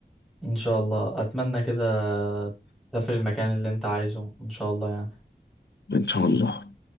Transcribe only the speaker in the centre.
ان شاء الله اتمنى كده تسافر المكان اللي انت عايزه ان شاء الله يعني